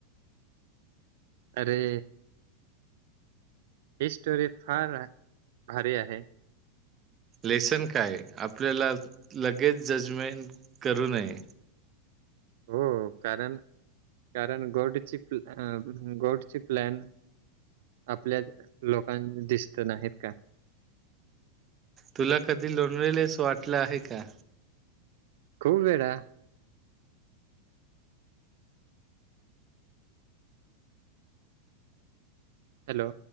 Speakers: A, on the right; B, on the right.
A: अरे. ही स्टोरी फार भारी आहे.
B: लेसन काय आहे आपल्याला लगेच जजमेंट करू नये.
A: हो कारण, कारण गोडची, गोडची प्लॅन. आपल्या लोकांना दिसत नाहीत का?
B: तुला कधी लोणलेले असं वाटलं आहे का?
A: खूप वेळा. हॅलो.